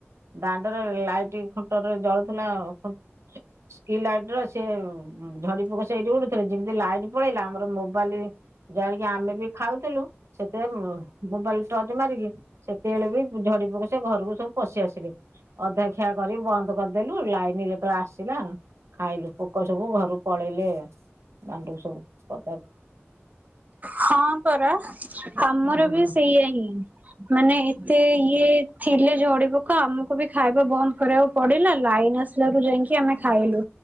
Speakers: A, on the right; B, on the right.
A: ଦାଣ୍ଡରେ ଲାଇ ଟି ଖୁଣ୍ଟ ରେ ଜଳୁଥିଲା ଆଉ ଖୁ ସ୍କି ଲାଇଟ୍ ର ସେ ଝଡି ପୋକ ସେଇଠି ଉଡୁ ଥିଲେ ଯେମିତି ଲାଇଟ୍ ପଳେଇଲା ଆମର ମୋବାଇଲି ଯାଇକି ଆମେ ବି ଖାଉଥିଲୁ ସେତେ ମୋବାଇଲ୍ ଟର୍ଚ ମାରିକି ସେତେବେଳେ ବି ଝଡି ପୋକ ସେ ଘରକୁ ସବୁ ପଶି ଆସିଲେ ଅଧା ଖିଆ କରି ବନ୍ଦ କରିଦେଲୁ ଲାଇନି ଯେତେବେଳେ ଆସିଲା ଖାଇଲୁ ପୋକ ସବୁ ଘରୁ ପଳେଇଲେ। ଦାଣ୍ଡୁଉ ସବୁ ପଦା
B: ହଁ ପରା। ଆମର
A: ହୁଁ
B: ବି ସେଇଆ ହିଁ ମାନେ ଏତେ ଇଏ ଥିଲେ ଝଡି ପୋକ ଆମକୁ ବି ଖାଇବା ବନ୍ଦ୍ କରିଆକୁ ପଡିଲା ଲାଇନି ଆସିଲା ରୁ ଯାଇଁକି ଆମେ ଖାଇଲୁ